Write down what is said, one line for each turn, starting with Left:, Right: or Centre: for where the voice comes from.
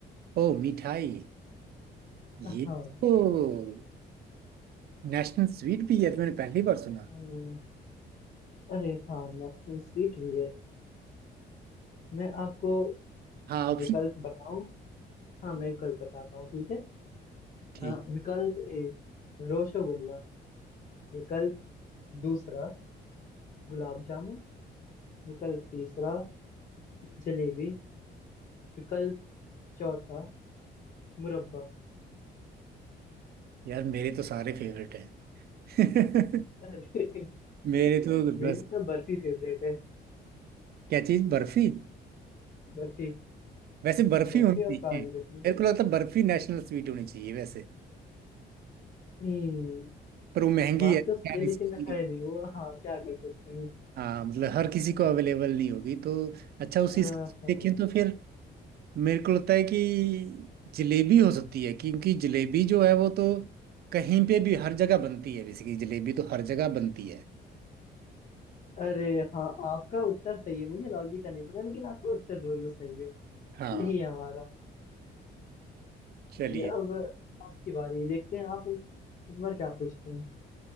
Right: ओ मिठाई ये
Left: हाँ
Right: तो नेशनल स्वीट भी है तो मैंने पहली बार सुना
Left: अम, अरे हाँ नेशनल स्वीट भी है मैं आपको
Right: हाँ ऑप्शन
Left: विकल्प बताऊं हाँ मैं विकल्प बताता हूँ ठीक है
Right: ठीक
Left: अ, विकल्प ए रसगुल्ला विकल्प दूसरा गुलाब जामुन विकल्प तीसरा जलेबी विकल्प चौथा मुरब्बा
Right: यार मेरे तो सारे फेवरेट हैं <laughs>
Left: अरे <laughs>
Right: मेरे तो
Left: मेरी
Right: बस
Left: तो बर्फी फेवरेट है
Right: क्या चीज बर्फी
Left: बर्फी
Right: वैसे बर्फी
Left: बर्फी
Right: होनी चाहिए
Left: और काजू कतली
Right: मेरे को लगता है बर्फी नेशनल स्वीट होनी चाहिए वैसे
Left: हम्म
Right: पर वो महंगी
Left: बात
Right: है
Left: तो सही
Right: यार
Left: है
Right: इसकी
Left: लेकिन है नहीं वो हाँ क्या कर सकते हैं
Right: हाँ मतलब हर किसी को अवेलेबल नहीं होगी तो अच्छा उसी
Left: अ,
Right: हिसाब से
Left: हाँ
Right: देखें तो फिर मेरे को लगता है कि जलेबी हो सकती है क्योंकि जलेबी जो है वो तो कहीं पे भी हर जगह बनती है बेसिकली जलेबी तो हर जगह बनती है
Left: अरे हाँ आपका उत्तर सही है मुझे लॉजिक का नहीं पता लेकिन आपका उत्तर जरूर सही है
Right: हाँ
Left: यही है हमारा
Right: चलिए
Left: ये अब आपकी बारी देखते हैं आप इस, इस बार क्या पूछते हैं